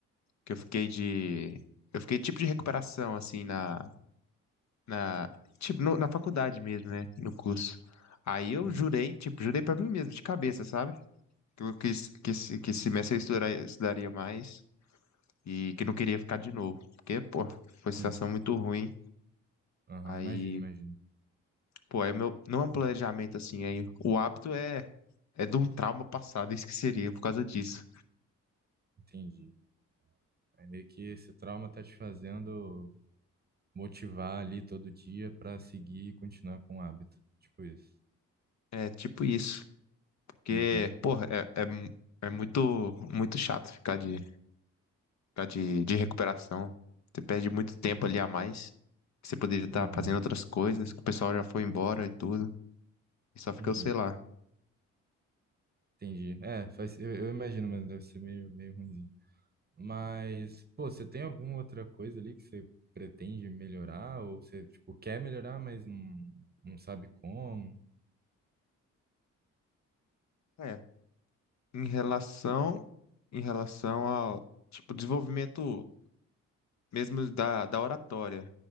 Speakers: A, on the left; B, on the right.
A: que eu fiquei de, eu fiquei tipo de recuperação assim na na, tipo, no- na faculdade mesmo, né? No curso. Aí eu
B: hum,
A: jurei, tipo, jurei pra mim mesmo, de cabeça, sabe? Que eu quis, que esse, que esse semestre eu estudaria, estudaria mais e que não queria ficar de novo. Porque, pô, foi situação
B: sim,
A: muito ruim.
B: aham,
A: Aí,
B: imagino, imagino,
A: pô, aí meu, não é um planejamento assim, aí o hábito é, é de um trauma passado, <laughs> isso que seria, por causa disso.
B: entendi. Aí meio que esse trauma tá te fazendo motivar ali todo dia pra seguir e continuar com o hábito, tipo isso.
A: É tipo isso. Porque,
B: Uhum,
A: pô, é, é, mu- é muito, muito chato ficar de tá de, de recuperação. Você perde muito tempo ali a mais, que você poderia estar
B: uhum,
A: fazendo outras coisas, que o pessoal já foi embora e tudo, e só fica,
B: uhum,
A: o sei lá.
B: entendi. É, faz, eu, eu imagino, mas deve ser meio, meio ruinzinho. Mas, pô, você tem alguma outra coisa ali que você pretende melhorar ou você, tipo, quer melhorar, mas não, não sabe como?
A: É, em relação, em relação ao, tipo, desenvolvimento mesmo da, da oratória,